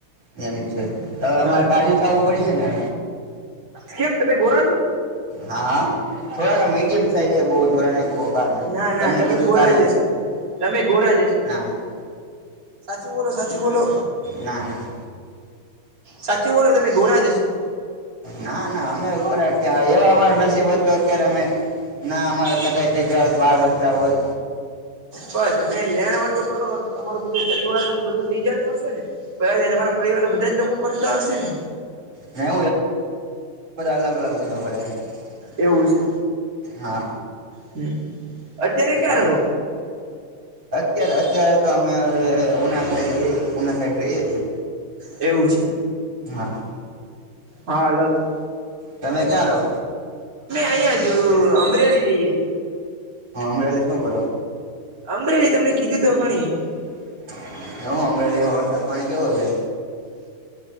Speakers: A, on the right; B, on the right.
A: એમ છે, હવે અમારે
B: હ
A: કાર્ય થવું પડીશે ને.
B: કેમ તમે ગોરા છો.
A: હા થોડા મીડિયમ સાઈઝ બહુ જોરા ન કે બહુ. કારણ
B: ના ના તમે
A: કીધું
B: ગોરા
A: કાર્ય
B: જશો તમે ગોરા જશો.
A: ના ના
B: સાચી બોલો, સાચી બોલો.
A: ના, ના.
B: સાચું બોલો તમે ગોરા જ હશો
A: ના, ના અમે ક્યાં એવા અમારા નસીબ હતો, તો અત્યારે અમે ના અમારે થ‌ઇ ગયા હોત બાર બચા હોત.
B: પણ તમે લેણવટું કરો તો તમારું બધું પરિવાર નું બધું થઈ જતું હશે, ને બધા જ તમારા પરિવારના બધા જ લોકો કરતા હશે ને
A: ને અલગ અલગ એ બધા <inaudible>
B: એવું છે,
A: હા
B: હું અત્યારે
A: તો
B: ક્યાં
A: તમ
B: રહો.
A: અત્યારે અત્યારે તો અમે ઉના સાઈડ રહીએ ઉના સાઈડ રહીએ છીએ.
B: એવું છે.
A: હા. હા
B: હાલવતો.
A: તમે ક્યાં રહો.
B: અહિયાં જ અમરેલી રહીએ
A: હ અમરેલી શું કરો.
B: અમરેલી તમને કીધું તો ખણી.
A: <unintelligible> <inaudible> હ અમરેલી માં વરસાદ પાણી કેવો છે.